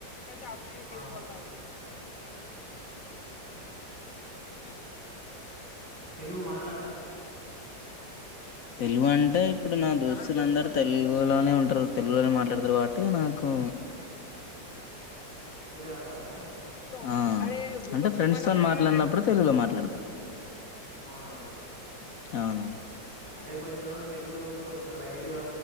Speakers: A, on the left (about 60°); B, on the right (about 75°).
A: అడ
B: ఆ
A: జీరు వతయి <inaudible>
B: తెలుగు మా
A: తెలుగు అంటే ఇప్పుడు నా దోస్తులందరూ తెలుగులోనే ఉంటారు తెలుగులోనే మాట్లాడతారు కాబట్టి నాకు
B: తెలుగు అలవాట
A: ఆ అంటే ఫ్రెండ్స్ తోని మాట్లాడినప్పుడు తెలుగులో మాట్లాడత
B: అవునా
A: అవునువును
B: అదే కొంచెం తెలుగు కొం కొంచం లైట్గా